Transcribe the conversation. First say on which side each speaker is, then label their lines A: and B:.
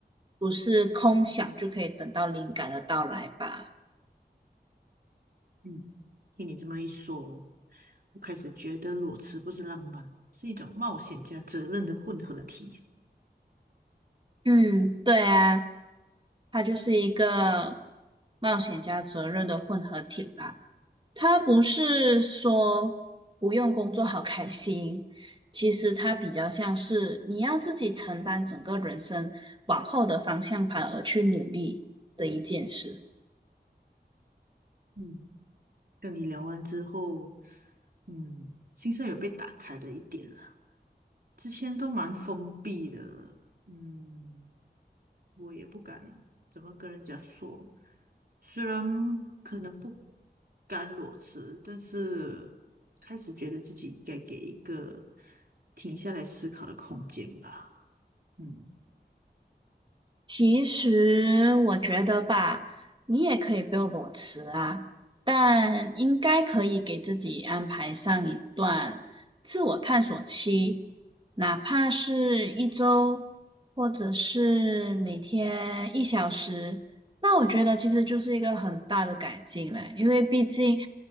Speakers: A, on the right; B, on the right.
A: 不是空想就可以等到灵感的到来吧？
B: 嗯，听你这么一说，我开始觉得裸辞不是浪漫，是一种冒险加责任的混合体。
A: 嗯，对啊，它就是一个冒险加责任的混合体吧。他不是说不用工作好开心，其实他比较像是你要自己承担整个人生往后的方向盘而去努力的一件事。
B: 嗯，跟你聊完之后，嗯，心上有被打开了一点了，之前都蛮封闭的，嗯。我也不敢怎么跟人家说，虽然可能不甘裸辞，但是开始觉得自己应该给一个停下来思考的空间吧。嗯
A: 其实我觉得吧，你也可以不用裸辞啊，但应该可以给自己安排上一段自我探索期，哪怕是一周，或者是每天一小时。那我觉得其实就是一个很大的改进嘞，因为毕竟，